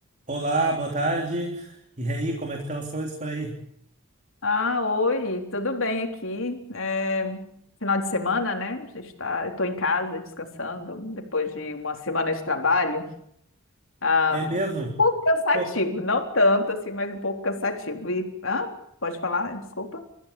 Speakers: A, on the right; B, on the left.
A: Olá, boa tarde. E aí, como é que estão as coisas por aí?
B: Ah, oi, tudo bem aqui? É, final de semana, né? A gente tá, eu estou em casa descansando depois de uma semana de trabalho. Ah,
A: É mesmo?
B: um pouco cansativo,
A: Pô,
B: não tanto assim, mas um pouco cansativo. E, ah, pode falar? Desculpa.